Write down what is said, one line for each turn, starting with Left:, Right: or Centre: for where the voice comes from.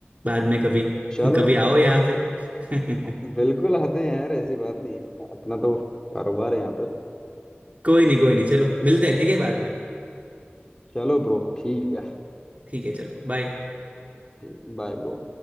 Right: बाद में कभी
Left: चलो
Right: <laughs> कभी आओ यहाँ पे <laughs>
Left: बिल्कुल आते हैं यार ऐसी बात नहीं है अपना तो कारोबार है यहाँ पे
Right: कोई नहीं कोई नहीं चलो मिलते हैं ठीक है बाद में
Left: चलो ब्रो ठीक है
Right: ठीक है चलो बाय
Left: ठीक बाय ब्रो